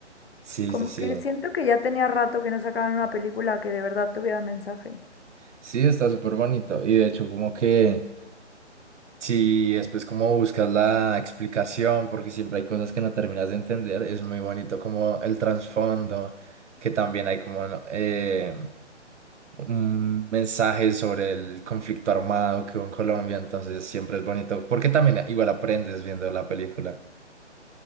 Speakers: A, on the right; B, on the left.
A: sí,
B: Como
A: sí, sí,
B: que siento que ya tenía rato que no sacaban una película que de verdad tuviera mensaje.
A: sí, está súper bonito. Y de hecho, como que si después como buscas la explicación, porque siempre hay cosas que no terminas de entender, es muy bonito como el trasfondo, que también hay como ¿no? eh, un mensaje sobre el conflicto armado que hubo en Colombia, entonces siempre es bonito, porque también igual aprendes viendo la película.